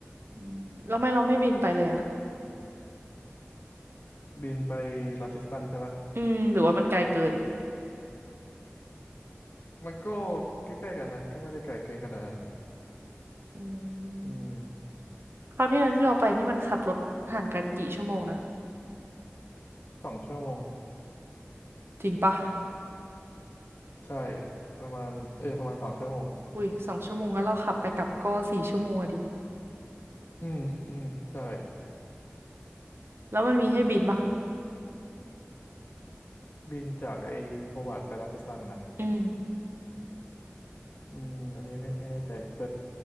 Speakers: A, on the right; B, on the left.
A: อืมแล้วทำไม่เราไม่บินไปเลยอะ
B: บินไปลอนเชสตันใช่ปะ
A: อืมหรือว่ามันไกลเกิน
B: มันก็ใกล้ๆกันนะก็ไม่ได้ไกลเกินขนาดนั้น
A: อืม
B: อืม
A: คราวที่แล้วที่เราไปนี่มันขับรถห่างกันกี่ชั่วโมงนะ
B: สองชั่วโมง
A: จริงปะ
B: ใช่ประมาณเออประมาณสองชั่วโมง
A: อุ้ยสองชั่วโมงแล้วเราขับไปกลับก็สี่ชั่วโมงอะดิ
B: อืมอืมใช่
A: แล้วมันมีให้บินปะ
B: บินจากไอโฮวาร์ดไปรันเชสตันนะนะ
A: อืม
B: อืมอันนี้ไม่ไม่แน่ใจแต่